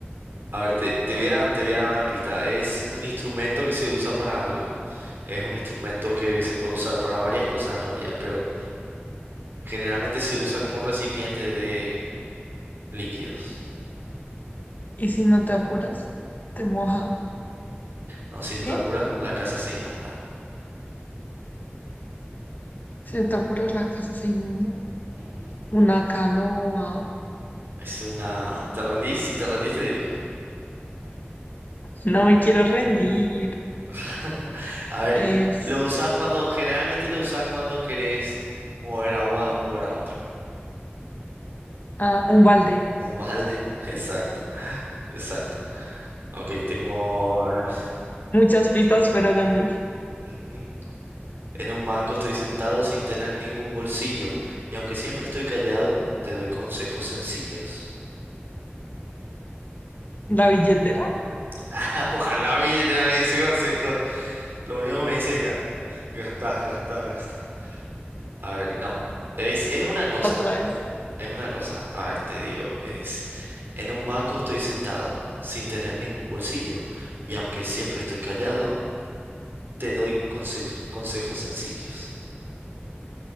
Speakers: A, on the right; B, on the left.
A: A ver, te, te voy a, te voy a dar una pista. Es un instrumento que se usa para algo. Es un instrumento que se puede usar para varias cosas en realidad, pero generalmente se usa como recipiente de líquidos.
B: Y si no te apuras, te moja.
A: No, si no
B: ¿Qué?
A: te apuras, la casa se inunda.
B: Si te apuras, la casa se inunda.
A: Ujú.
B: Una canoa.
A: Es una... ¿Te rendís? Si te rendís, te digo.
B: No me quiero rendir.
A: <laughs> A ver,
B: Es
A: lo usás cuando... Generalmente lo usás cuando querés mover agua de un lugar a otro.
B: ah, un balde.
A: Un balde. <laughs> Exacto. Exacto. Ok, tengo... a ver,
B: Muchas pistas, pero gané.
A: ujú. En un banco estoy sentado sin tener ningún bolsillo. Y aunque siempre estoy callado, te doy consejos sencillos.
B: La billetera,
A: <laughs> Ojalá mi billetera me dice consejos. Lo único que me dice es gastar, gastar, gastar. A ver, no. Es, es una cosa.
B: otra vez.
A: Es una cosa, a ver, te digo, es, en un banco estoy sentado, sin tener ningún bolsillo, y aunque siempre estoy callado, te doy consejos, consejos sencillos.